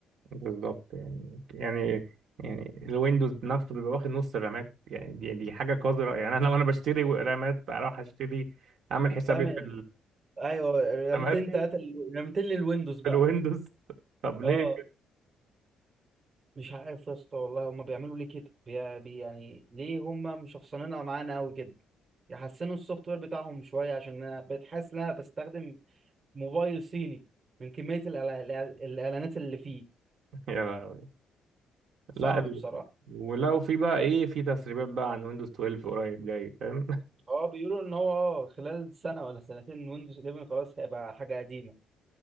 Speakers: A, on the right (about 70°); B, on the right (about 45°).
A: بالظبط يعني يعني يعني الويندوز نفسه بيبقى واخد نص الرامات يعني دي دي حاجه قذره يعني انا لو انا بشتري رامات اروح اشتري اعمل حسابي
B: ده
A: في
B: ايوه رامتين
A: الرامات
B: تلاتة لل- رامتين للويندوز بقى
A: في الويندوز طب ليه
B: اه مش عارف يا اسطى والله هما بيعملوا ليه كده بي... بي يعني ليه هما مشخصنينها معانا قوي كده يحسنوا السوفت وير بتاعهم شويه عشان انا بقيت حاسس ان انا بستخدم موبايل صيني من كميه الإعلا- الإع- الاعلانات اللي فيه
A: يا لهوي.
B: صعب
A: لا ال...
B: بصراحه
A: ولو في بقى ايه في تسريبات بقى عن ويندوز 12 قريب جاي فاهم
B: اه بيقولوا ان هو اه خلال سنه ولا سنتين ويندوز 11 خلاص هيبقى حاجه قديمه